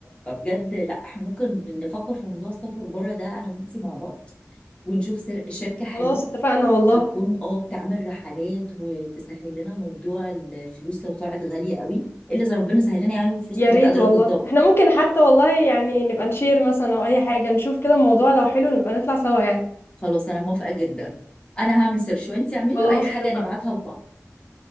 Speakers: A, on the left; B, on the left.
A: فبجد لا احنا ممكن نفكر في موضوع السفر بره ده انا وانتي مع بعض ونشوف سر... شركة حلوة
B: خلاص اتفقنا والله،
A: تكون اه بتعمل رحلات وتسهل لنا موضوع الفلوس لو طلعت غالية قوي الا اذا ربنا سهل لنا يعني وفلوسها
B: يا
A: كانت
B: ريت
A: قادرة
B: والله.
A: تتدبر
B: إحنا ممكن حتى والله يعني نبقى نshare مثلًا أو أي حاجة، نشوف كده الموضوع لو حلو نبقى نطلع سوا يعني.
A: خلاص انا موافقة جدا انا هعمل سيرش وانتي اعملي
B: خلاص
A: واي حاجة
B: اتفقنا،
A: نبعتها لبعض